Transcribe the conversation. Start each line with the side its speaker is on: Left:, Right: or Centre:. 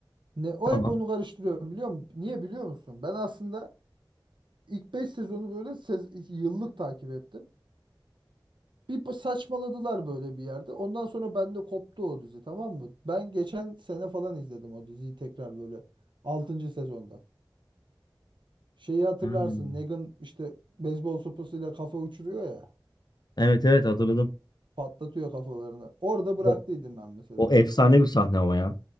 Right: Ne, o
Left: Tamam.
Right: hep onu karıştırıyorum biliyor musun? Niye biliyor musun? Ben aslında ilk 5 sezonu böyle sez- yıllık takip ettim. Bir pa- saçmaladılar böyle bir yerde. Ondan sonra bende koptu o dizi tamam mı? Ben geçen sene falan izledim o diziyi tekrar böyle altıncı sezonda. Şeyi hatırlarsın
Left: Hmm.
Right: Negan işte beyzbol sopasıyla kafa uçuruyor ya.
Left: Evet evet hatırladım.
Right: Patlatıyor kafalarını. Orada bıraktıydım
Left: O,
Right: ben mesela.
Left: o efsane bir sahne ama ya.